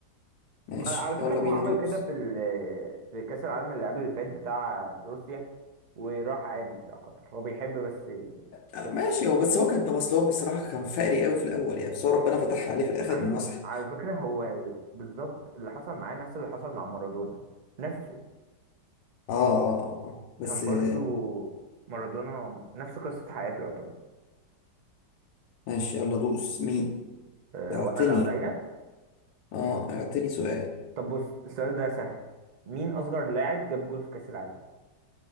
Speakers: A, on the left; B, on the right.
A: ماشي
B: ما على فكره
A: يلا بينا
B: هو عمل
A: دوس
B: كده في ال... في كاس العالم اللي قبل اللي فات بتاع روسيا وراح عادي بتاع قطر هو بيحب بس
A: آه،
B: كده
A: ماشي هو بس هو كان هو أصل هو بصراحة كان فقري قوي في الأول يعني بس هو ربنا
B: اه
A: فتحها عليه في الآخر
B: عادي
A: من وسخ
B: على فكره هو ال- بالظبط اللي حصل معاه نفس اللي حصل مع مارادونا نفسه
A: اه اه اه آه. بس
B: كان
A: آه،
B: برضو مارادونا نفس قصه حياته يعتبر
A: ماشي يلا دوس مين
B: آه،
A: اعطيني
B: هو انا اللي عليا
A: اه اعطيني سؤال
B: طب بص السؤال ده سهل مين أصغر لاعب جاب جول في كأس العالم